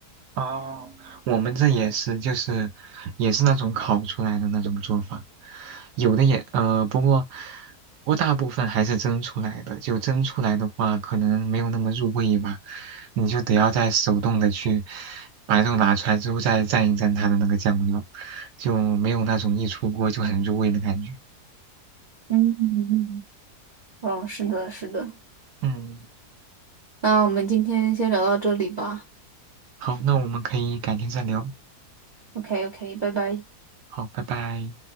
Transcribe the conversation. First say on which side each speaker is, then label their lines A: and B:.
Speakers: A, on the right; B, on the right.
A: 哦，我们这也是，就是也是那种烤出来的那种做法，有的也呃，不过不过大部分还是蒸出来的，就蒸出来的话，可能没有那么入味吧，你就得要再手动的去把肉拿出来之后再蘸一蘸它的那个酱料，就没有那种一出锅就很入味的感觉。
B: 嗯嗯，嗯，是的，是的。
A: 嗯，
B: 那我们今天先聊到这里吧。
A: 好，那我们可以改天再聊。
B: OK，OK，拜拜。
A: 好，拜拜。